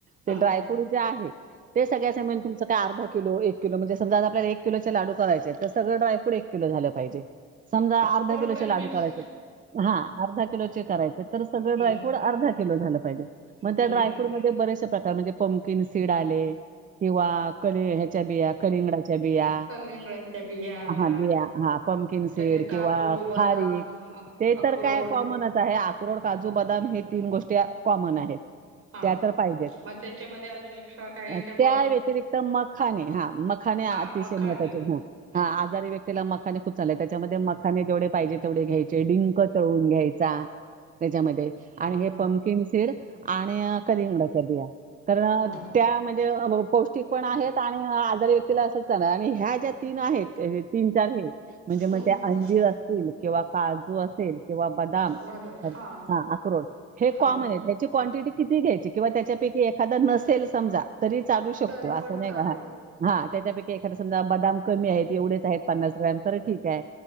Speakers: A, on the right; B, on the right.
A: हा
B: ते ड्रायफ्रूट जे आहे ते सगळ्या समान ती तर अर्धा किलो एक किलो म्हणजे समजा आपल्याला एक किलोचे लाडू करायचे आहेत तर सगळ ड्रायफ्रुड एक किलो झालं पाहिजे. समजा अर्धा
A: टोटल
B: किलोचे लाडू
A: मिक्स
B: करायचे आहेत. हा अर्धा किलोचे करायचे तर सगळे
A: हम्म
B: ड्रायफ्रूड अर्धा किलो झालं पाहिजे मग ते
A: हम्म
B: ड्राय. फूड मध्ये बरेचशे प्रकार म्हणजे पंमकीन सीड आले किंवा. कली ह्याच्या बिया कलिंगडाच्या बिया
A: कलिंगडाच्या बिया आल्या
B: हा बिया हा. पमकिन सीड
A: त्याचे काजू
B: किंवा
A: बदाम
B: खारीक
A: अ
B: ते
A: अक्रोड
B: तर काय कॉमन असतं. तर हे आक्रोड, काजू, बदाम हे तीन गोष्टी कॉमन आहेत.
A: हा
B: त्या तर पाहिजेच.
A: मग त्याच्यामध्ये अजून एक्स्ट्रा काय घ्यायच्यात.
B: अ, त्या व्यतिरिक्त मखाने हा मखाने
A: हा
B: अतिशय
A: मखानी
B: महत्वाचे हा
A: हम्म
B: हा आजारी व्यक्ती. ला मखाने खूप चांगले त्याच्यामध्ये मखाने जेवढे पाहिजे तेवढे घ्यायचे डिंक तळून घ्यायचा. त्याच्यामध्ये. आणि हे
A: हम्म
B: पंमकिन सीड आणि कलींगडाच्या बिया तर
A: हम्म
B: त्या म्हणजे. पौष्टिक पण आहेत आणि आजारी व्यक्तीला असं चालल आणि ह्या ज्या तीन आहेत. तरी तीन चार हे. म्हणजे मग
A: हम्म
B: ते अंजीर असतील किंवा काजू असेल- किंवा बदाम.
A: बर हा
B: हां. अक्रोड हे
A: हा
B: कॉमन आहेत. ह्याची क्वांटिटी- किती घ्यायची? किंवा त्याच्यापैकी एखाद नसेल समजा- तरी चालू शकतो.
A: तरी
B: अस
A: पण चालेल
B: नाही का, हा. हा त्याच्यापेक्षा- एखादा समजा बदाम कमी आहेत. एवढेच आहेत पन्नास ग्रॅम तर ठीक आहे.